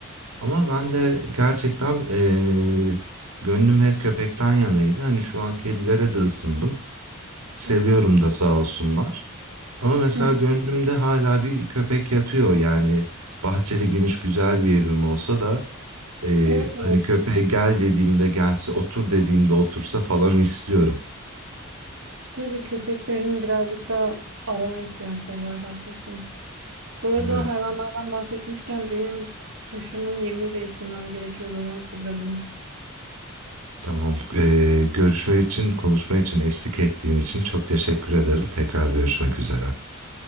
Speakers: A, on the right; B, on the right.
A: Ama ben de gerçekten e, gönlüm hep köpekten yanaydı. Hani şu an kedilere de ısındım. Seviyorum
B: Hı hı.
A: da sağ olsunlar. Ama mesela
B: <laughs>
A: gönlümde hala bir köpek yatıyor. Yani bahçeli geniş güzel bir evim olsa da e,
B: Evet evet.
A: hani köpeğe gel dediğimde gelse, otur dediğimde otursa falan istiyorum.
B: Tabii köpeklerin birazcık daha alana ihtiyaçları var haklısın. Bu arada
A: Evet,
B: hayvanlardan bahsetmişken benim kuşumun yemini değiştirmem gerekiyordu onu hatırladım.
A: tamam. E, görüşme için, konuşma için, eşlik ettiğin için çok teşekkür ederim. Tekrar görüşmek üzere.